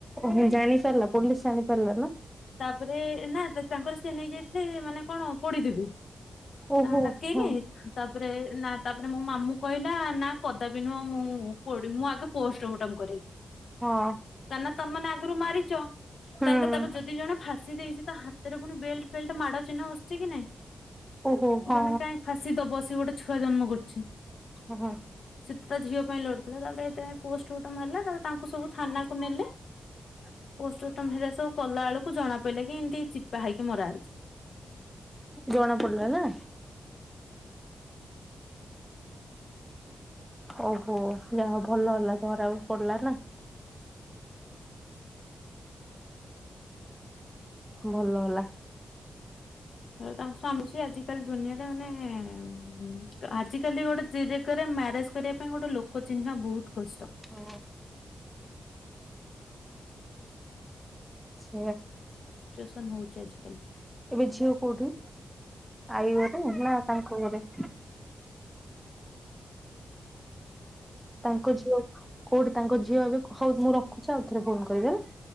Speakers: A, in the centre; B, on the left.
A: ଓହୋ ଜାଣିପାରିଲା ପୋଲିସ ଜାଣିପାରିଲା ନା?
B: ତାପରେ ଏ ନା ତା ତାଙ୍କର ସିଏ ନେଇଯାଇଥିଲେ ମାନେ କଣ ପୋଡିଦେବି
A: ଓହୋ
B: ନା ଡାକେଇଲେ
A: ହଁ
B: ତାପରେ ନା ତାପରେ ମୋ ମାମୁ କହିଲା ନା କଦାପି ନୁହଁ ମୁଁ ପୋଡ଼ି ମୁଁ ଆଗେ ପୋଷ୍ଟମଟମ କରେଇବି।
A: ହଁ।
B: କାଇଁନା ତମେମାନେ ଆଗରୁ ମାରିଚ
A: ହୁଁ
B: ତାଙ୍କେ ତାପରେ ଯଦି ଜଣେ ଫାଶୀ ଦେଇଚି ତା ହାତରେ ପୁଣି ବେଲ୍ଟ ଫେଲଟ୍ ମାଡ ଚିହ୍ନ ବସଚି କି ନାଇଁ
A: ଓହୋ
B: ତ
A: ହଁ
B: ଜଣେ କାଇଁ ଫାଶୀ ଦବ ସିଏ ଗୋଟେ ଛୁଆ ଜନ୍ମ କରଚି।
A: ଓହୋ।
B: ସେତ ତା ଝିଅ ପାଇଁ ଲଢୁଥୁଲା ତାପରେ ତା ପୋଷ୍ଟମଟମ ହେଲା ତାପରେ ତାଙ୍କୁ ସବୁ ଥାନାକୁ ନେଲେ
A: <inaudible>
B: ପୋଷ୍ଟମଟମ ହେରା ସବୁ କଲା ବେଳକୁ ଜଣା ପଇଲା କି ଏମତି ଚିପା ହେଇକି ମରା ହେଇଚି।
A: ଜଣା ପଡିଲା ନା? ଓହୋ ଯାହୋଉ ଭଲ ହେଲା ଧରା ବି ପଡଲା ନା। ଭଲ ହେଲା। <inaudible>
B: ଆଉ ତାଙ୍କ ସ୍ୱାମୀ ସିଏ ଆଜିକାଲି ଦୁନିଆରେ ମାନେ ଉଁ ହୁଁ କା ଆଜିକାଲି ଗୋଟେ ଜିରେଗାରେ ମ୍ୟାରେଜ କରିବା ପାଇଁ ଗୋଟେ ଲୋକ ଚିହ୍ନିବା ବୋହୁତ କଷ୍ଟ।
A: ହଁ। ସେୟା।
B: ସିଚୁଏସନ ହୋଉଚି ଆଜିକାଲି।
A: ଏବେ ଝିଅ କୋଉଠି ଆଈ ଘରେ ନା ତାଙ୍କ ଘରେ? ତାଙ୍କ ଝିଅ କୋଉଠି ତାଙ୍କ ଝିଅ ଏବେ, ହଉ ମୁଁ ରଖୁଛି ଆଉ ଥରେ ଫୋନ୍ କରିବି ହେଲା।